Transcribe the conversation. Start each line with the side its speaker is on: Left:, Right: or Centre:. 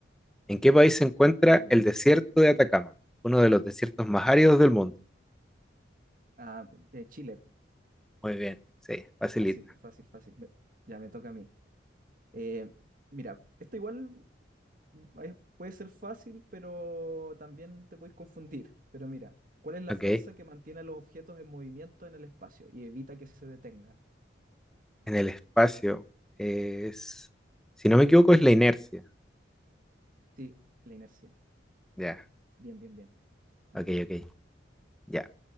Centre: ¿En qué país se encuentra
Right: Dale,
Centre: el
Right: dale.
Centre: desierto de Atacama? Uno de los desiertos más áridos del mundo.
Right: Ah, eh, Chile,
Centre: Muy bien. Sí, facilita.
Right: fácil, fácil, fácil. Me- ya me toca a mí. Eh, mira, esto igual mm, es- puede ser fácil, pero también te puedes confundir. Pero mira, ¿cuál es la
Centre: Ok.
Right: fuerza que mantiene a los objetos en movimiento en el espacio y evita que se detengan?
Centre: En el espacio es, si no me equivoco, es la inercia.
Right: Sí, la inercia.
Centre: Ya,
Right: Bien, bien, bien. Me
Centre: ok,
Right: toca.
Centre: ok. Ya.